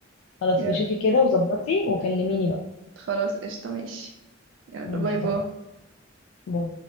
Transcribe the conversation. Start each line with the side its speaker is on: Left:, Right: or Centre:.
Left: خلاص
Right: يلا
Left: بشوفي كده وظبطي وكلميني بقى
Right: خلاص قشطة ماشي يلا
Left: ماشي
Right: باي
Left: اتفقنا
Right: باي
Left: باي